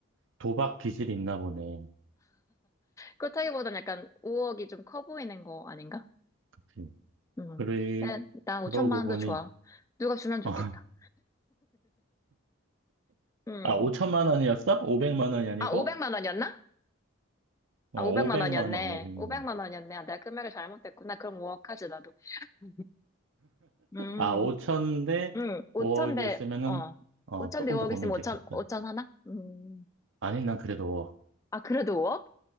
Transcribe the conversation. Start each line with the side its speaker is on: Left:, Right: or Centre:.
Right: 도박 기질이 있나 보네.
Left: 그렇다기보단 약간 5억이 좀 커 보이는 거 아닌가?
Right: 그치?
Left: 음.
Right: 그래,
Left: 네, 난 5천만
Right: 그러고
Left: 원도
Right: 보니,
Left: 좋아. 누가 주면 좋겠다.
Right: <laughs>
Left: 음.
Right: 아, 5천만 원이었어? 500만
Left: <laughs>
Right: 원이 아니고?
Left: 아, 500만 원이었나?
Right: 어,
Left: 아,
Right: 오백만
Left: 500만 원이었네.
Right: 원, 500만
Left: 500만
Right: 원.
Left: 원이었네. 아, 내가 금액을 잘못했구나. 그럼 5억 하지, 나도. <laughs> 음.
Right: 아, 5천 대
Left: 응, 5천
Right: 5억이었으면은,
Left: 대, 어,
Right: 어,
Left: 5천
Right: 조금
Left: 대 오억
Right: 더 고민됐겠다.
Left: 있으면 5천, 오천 하나? 음,
Right: 아니, 난 그래도,
Left: 아, 그래도 5억?